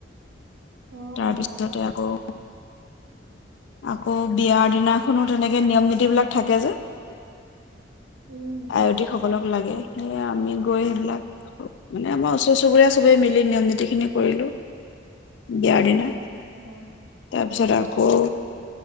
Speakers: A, on the right; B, on the left.
A: অ',
B: তাৰপিছতে আকৌ আকৌ বিয়াৰ দিনাখনো তেনেকে নিয়ম-নীতি বিলাক থাকে যে,
A: উম,
B: আয়তী সকলক লাগে সেয়ে আমি গৈ সেইবিলাক মানে আমাৰ ওচৰ চুবুৰীয়া চবেই মিলি নিয়ম-নীতি খিনি কৰিলোঁ, বিয়াৰ দিনা
A: অ',
B: তাৰপিছত
A: অ', অ',
B: আকৌ